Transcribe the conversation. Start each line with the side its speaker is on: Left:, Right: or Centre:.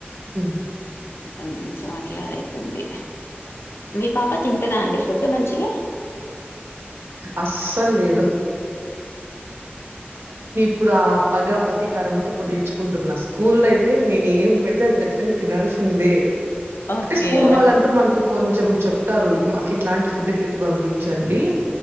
Right: ఉ
Left: ఆ సో అట్లాదైతుంది మీ పాప తింతదా అండి ఫుడ్ మంచిగా
Right: అస్సలు లేదు ఇప్పుడు ఆ పగ ప్రతీకారం అంతా ఇప్పుడు తీర్చుకుంటున్నా స్కూల్లో అయితే నేను ఏం పెడితే అది ఖచ్చితంగా తినాల్సిందే
Left: ఓకే
Right: అంటే స్కూల్ వాళ్ళంటూ
Left: ఆ
Right: మనకు కొంచెం చెప్తారు మాకు ఇట్లాంటి ఫుడ్ పెట్టి పంపించండి